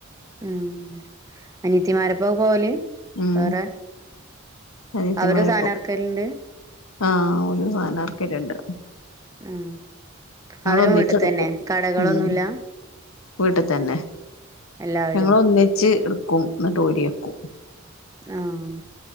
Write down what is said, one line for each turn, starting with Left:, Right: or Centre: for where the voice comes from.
Right: ഉം അനിയത്തിമാരപ്പ പോവല്?
Left: ഉം
Right: വേറെ
Left: അനിയത്തിമാര
Right: അവര് സാധനം
Left: ഇപ്പം.
Right: ഇറക്കലുണ്ട്
Left: ആഹ് ഓല് സാധനം ഇറക്കിട്ടുണ്ട്
Right: ഉം അവരും
Left: ഒന്നിച്ചെടുക്കും
Right: വീട്ടിൽ തന്നെ കടകളൊന്നുല്ല.
Left: ഉം വീട്ടി തന്നെ
Right: എല്ലാവരും
Left: ഞങ്ങൾ ഒന്നിച്ച് എടുക്കും ഇന്നിട്ടോരി വെക്കും
Right: ആഹ്